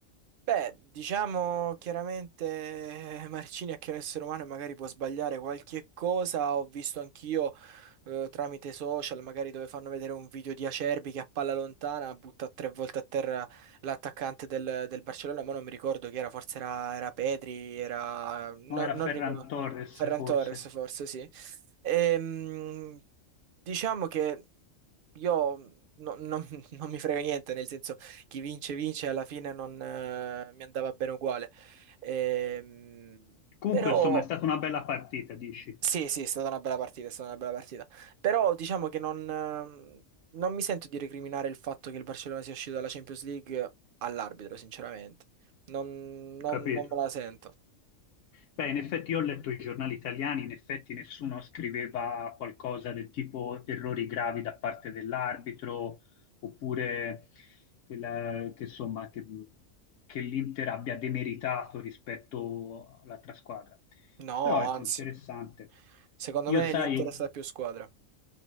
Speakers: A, on the right; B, on the left.
A: Beh, diciamo chiaramente eh, Marcini è che è un essere umano e magari può sbagliare qualche cosa. Ho visto anch'io eh, tramite social, magari dove fanno vedere un video di Acerbi che a palla lontana butta tre volte a terra l'attaccante del, del Barcellona, ma non mi ricordo chi era, forse era, era Pedri, era... no-
B: No, era
A: non
B: Ferran
A: ricordo,
B: Torres
A: Ferran
B: forse.
A: Torres forse, sì. Ehm, diciamo che io no- non <laughs> non mi frega niente, nel senso chi vince vince, alla fine non eh, mi andava bene uguale. Ehm,
B: Comunque,
A: però
B: insomma, è stata una bella partita, dici?
A: sì, sì, è stata una bella partita, è stata una bella partita. Però diciamo che non, ehm, non mi sento di recriminare il fatto che il Barcellona sia uscito dalla Champions League all'arbitro, sinceramente. Non, non-
B: Ho capito.
A: non me la sento.
B: Beh, in effetti io ho letto i giornali italiani, in effetti nessuno scriveva qualcosa del tipo errori gravi da parte dell'arbitro, oppure che, la- che, insomma, che- che l'Inter abbia demeritato rispetto all'altra squadra.
A: No,
B: Però ecco,
A: anzi,
B: interessante.
A: secondo
B: Io
A: me
B: sai,
A: l'Inter è stata più squadra.